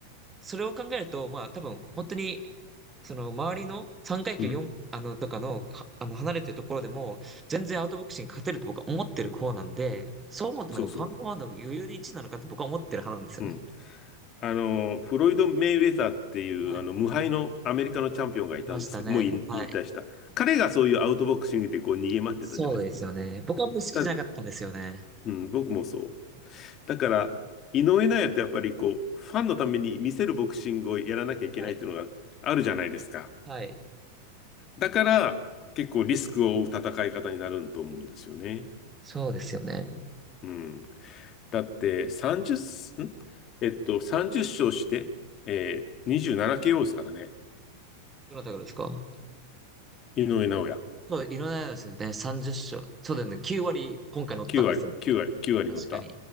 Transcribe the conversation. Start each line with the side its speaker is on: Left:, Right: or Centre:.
Right: それを考えると、まあ多分本当に、その周りの3階級4、
Left: うん、
Right: あの、とかの、はあの、離れてるところでも、全然アウトボクシング勝てると僕は思ってる方なんで、そう思うとなんかもうパンパンパンの余裕で1なのかって僕は思ってる派なんですよね。
Left: そうそう。うん。あのーフロイド・メイウェザーっていう、
Right: はい。
Left: あの、無敗のアメリカのチャンピオンがいたんですけど、
Right: いましたね。
Left: もう引引退した。
Right: はい。
Left: 彼がそういうアウトボクシングでこう逃げ回ってたじゃないです
Right: そうですよね。僕はあんまり好きじゃなかったんですよね。
Left: か。ただ、うん、僕もそう。だから、井上尚弥ってやっぱりこう、ファンのために見せるボクシングをやらなきゃいけないっていうのがあるじゃないですか。
Right: はい。はい。
Left: だから、結構リスクを負う戦い方になると思うんですよね。
Right: そうですよね。
Left: うん。だって30、んえっと、30勝して、えー、27KO ですからね。
Right: どなたがですか
Left: 井上尚弥。
Right: そう、いろんなやつですね。30勝。そうだよね。9割今回乗ったんですよね。
Left: 9割、9割、9割乗った。
Right: 確かに。